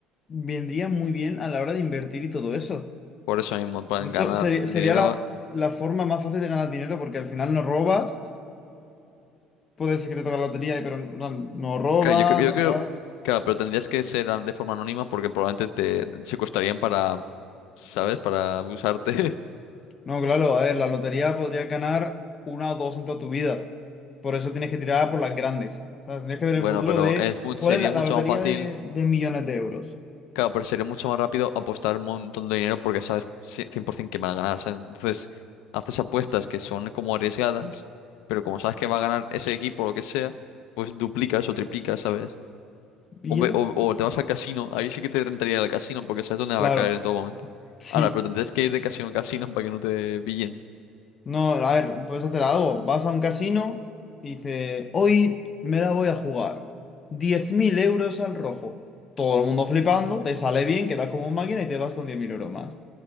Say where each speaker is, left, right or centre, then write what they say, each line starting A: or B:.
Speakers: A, on the left; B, on the left.
A: vendría muy bien a la hora de invertir y todo eso.
B: por eso mismo, para
A: De
B: ganar
A: hecho, sería,
B: dinero.
A: sería la, la forma más fácil de ganar dinero porque al final no robas. Puede ser que te toque la lotería, pero no, no robas,
B: Claro, yo creo, yo
A: no
B: creo,
A: tal.
B: claro, pero tendrías que ser an- de forma anónima porque probablemente te secuestrarían para, ¿sabes? Para abusarte. <laughs>
A: No, claro, a ver, la lotería podrías ganar una o dos en toda tu vida. Por eso tienes que tirar por las grandes. O sea, tienes que ver
B: Bueno,
A: el futuro
B: pero
A: de
B: es mu-
A: cuál
B: sería
A: es la, la
B: mucho
A: lotería
B: más fácil.
A: de, de millones de euros.
B: Claro, pero sería mucho más rápido apostar un montón de dinero porque sabes ci- cien por 100% que van a ganar. ¿sabes? Entonces, haces apuestas que son como arriesgadas, pero como sabes que va a ganar ese equipo o lo que sea, pues duplicas o triplicas, ¿sabes?
A: Y
B: O, ve-
A: esas,
B: o- o te vas al casino, ahí sí que te rentaría el casino porque sabes dónde va
A: claro.
B: a caer en todo momento.
A: <laughs>
B: Ahora, pero
A: Sí.
B: tendrías que ir de casino a casino para que no te pillen.
A: No, a ver, puedes hacer algo. Vas a un casino y dices, hoy me la voy a jugar. 10.000 euros al rojo. Todo el mundo flipando, te sale bien, quedas como un máquina y te vas con 10.000 euros más.